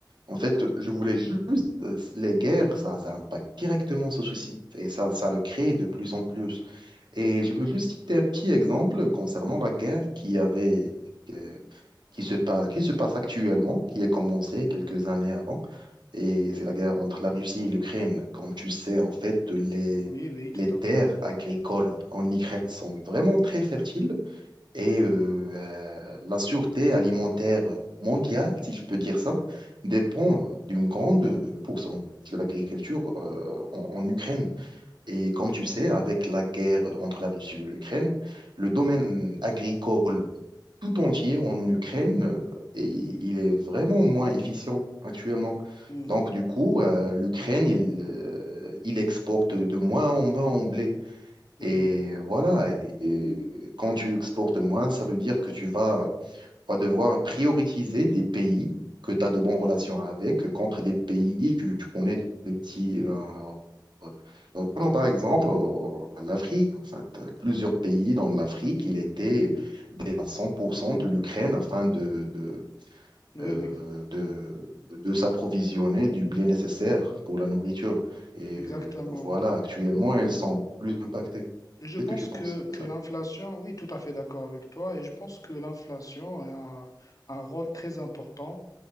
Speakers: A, on the right; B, on the left.
A: en fait, je voulais juste... euh, Les guerres, ça, ça impacte directement ce souci. Et ça, ça le crée de plus en plus. Et je veux juste citer un petit exemple concernant la guerre qui avait, euh, qui se passe, qui se passe actuellement, qui a commencé quelques années avant. Et c'est la guerre entre la Russie et l'Ukraine. Comme tu sais, en fait, les,
B: Oui, oui, tout
A: les terres
B: à fait.
A: agricoles en Ukraine sont vraiment très fertiles et euh, euh, la sûreté alimentaire mondiale, si je peux dire ça, dépend d'une grande pourcentage de l'agriculture euh, en en Ukraine. Et comme tu sais, avec la guerre entre la Russie et l'Ukraine, le domaine agricole tout entier en Ukraine, euh, et- il est vraiment moins efficient actuellement.
B: Mhm.
A: Donc du coup, euh, l'Ukraine, il, euh, il exporte de moins en moins en blé.
B: Oui,
A: Et
B: oui,
A: voilà, et, et quand tu exportes moins, ça veut dire que tu vas tu vas devoir prioriser des pays que tu as de bonnes relations avec contre des pays que tu connais de petits. euh, euh, prenons par exemple euh, l'Afrique. En fait, plusieurs pays dans l'Afrique, il était des- à 100% de l'Ukraine afin de, de,
B: oui,
A: euh,
B: oui,
A: de, de s'approvisionner du blé nécessaire pour la nourriture. Et
B: exactement,
A: euh, voilà,
B: oui.
A: actuellement, elles sont plus impactées.
B: Et je
A: Qu'est-ce
B: pense
A: que tu penses
B: que,
A: de
B: que
A: ça?
B: l'inflation, oui, tout à fait d'accord avec toi, et je pense que l'inflation a un, un rôle très important